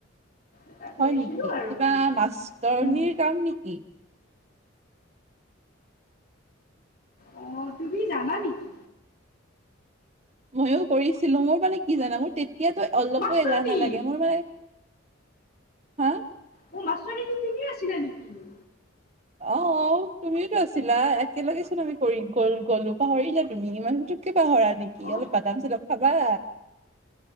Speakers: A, on the left; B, on the right.
A: এটা কৰিছিলো
B: হয় নেকি?
A: আৰু
B: কিবা
A: মানে
B: মাষ্টৰনীৰ
A: উম।
B: কাম নেকি?
A: অঁ, তুমি যানা নেকি?
B: মইয়ো কৰিছিলো মোৰ মানে কি জানা মোৰ তেতিয়াতো অলপো
A: মাষ্টৰনী
B: এলাহ নালাগে মোৰ মানে। হা?
A: অ মাষ্টৰনী কি তুমি আছিলা নেকি?
B: অ অ তুমিওতো আছিলা একেলগেচোন আমি কৰি গল গলো পাহৰি যা তুমি ইমান। পাহৰা নেকি
A: অ
B: অলপ বাদাম সদম খাবা?